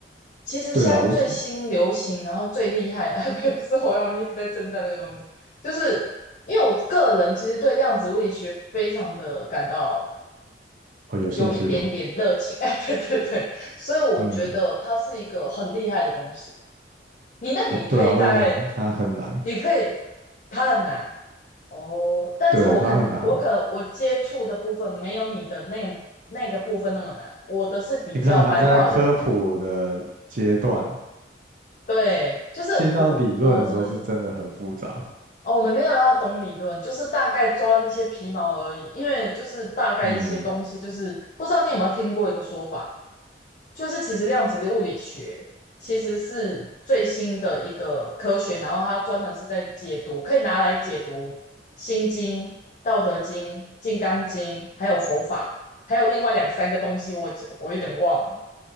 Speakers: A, on the left; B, on the right.
A: 其实现在最新流行，
B: 对啊，我觉
A: 然后最厉害的，<laughs> 也不是我让人一直在称赞这个东西，就是因为我个人其实对量子物理学非常的感到
B: 哦有兴趣哦，
A: 有一点点热情，<laughs> 哎，对对对，所以我觉得它是一个很厉害的东西。
B: 嗯，
A: 你那你可以大概，
B: 哦对啊，但是它很难，
A: 你可以，它很难哦，但是我肯定，
B: 对它很难，
A: 我可能我接触的部分没有你的那那个部分那么难，
B: 我
A: 我的是比较白话文，
B: 你可能还在科普的阶段，
A: 对，就是我我们。
B: 进到理论的时候是真的很复杂，
A: 哦，我们没有要懂理论，就是大概抓那些皮毛而已。因为就是大概一些东西，
B: 嗯，
A: 就是不知道你有没有听过一个说法，就是其实量子的物理学其实是最新的一个科学，然后它专门是在解读，可以拿来解读《心经》《道德经》《金刚经》，还有佛法，还有另外两三个东西我记，我我有点忘了。